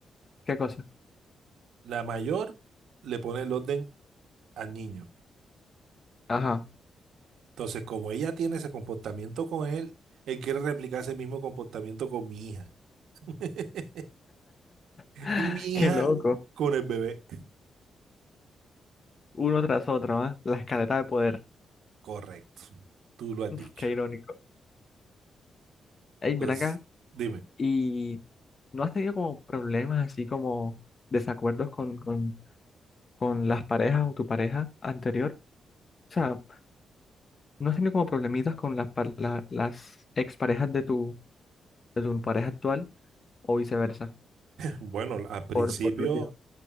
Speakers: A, on the left; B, on the right.
A: ¿Qué cosa?
B: La mayor le pone el orden al niño.
A: Ajá.
B: Entonces, como ella tiene ese comportamiento con él, él quiere replicar ese mismo comportamiento con mi hija. <laughs>
A: <laughs>
B: Y mi hija
A: Qué loco.
B: con el bebé.
A: Uno tras otro, ¿ah? La escalera de poder.
B: Correcto. Tú lo has
A: <laughs>
B: dicho.
A: Qué irónico. Ey, ven
B: Entonces,
A: acá.
B: dime.
A: ¿Y no has tenido como problemas así como desacuerdos con, con, con las parejas o tu pareja anterior? O sea, ¿no has tenido como problemitas con las, par- la- las exparejas de tu, de tu pareja actual o viceversa?
B: Bueno, al principio,
A: Por, por los hijos.